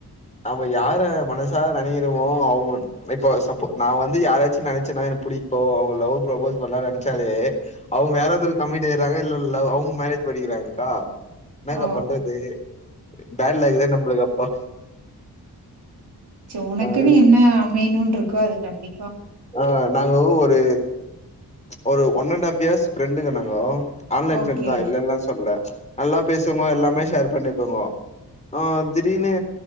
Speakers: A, on the left (about 15°); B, on the right (about 75°).
A: நாம யார மனசார நெனக்கிறமோ அவுங்க இப்போ சப்போ நா வந்து யாராச்சு நெனச்சேன்னா எனக் புடிக்கு அவுங்க லவ் ப்ரபோஸ் பண்லா நெனச்சாலே அவுங்க வேரொருத்துருக் கம்மிட் ஆயிற்றாங்க இல்ல இல்ல அவுங் மேரேஜ் பண்ணிக்கிறாங்க்கா இன்னாக்கா
B: ஓ
A: பண்றது பேட்லக்கு தா நம்பளுக் அப்போ
B: செ உனக்குன்னு
A: ஆ
B: என்ன அமையனுன் இருக்கோ அது கண்டி
A: ஆ நாங்க ஒரு ஒரு ஒன் அண்ட் ஹாஃப் இயர்ஸ் ஃப்ரெண்டுங்க நாங்கோ ஆன்லைன்
B: ஓகே
A: ஃபிரண்ட் தா இல்லன்ல சொல்ல நல்லா பேசுங்கோ எல்லாமே ஷேர் பண்ணிப்போங்கோ ஆ திடீர்னு